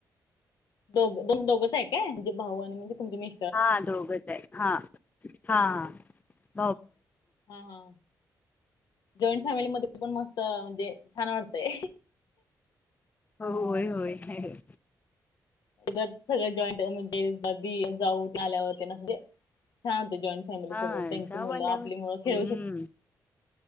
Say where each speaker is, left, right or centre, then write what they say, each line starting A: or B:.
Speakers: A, on the left; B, on the left.
A: दो दोन दोघंच हाय काय? जे भाऊ आणि म्हणजे तुमची तुम्ही
B: हा दोघच हाय हा हा हा.
A: हा हा हा. जॉईंट फॅमिलीमध्ये पण मस्त म्हणजे छान वाटतय.
B: व्हय व्हय काय?
A: सगळे जॉईंट अ म्हणजे दिर जाऊ तेन, आल्यावरती तेन आस छान वाटतंय जॉईंट फॅमिली
B: हा
A: सोबत त्यांची
B: जाऊ
A: मुलं
B: आल्यावर
A: आपली मुलं खेळू
B: हम्म
A: शकत.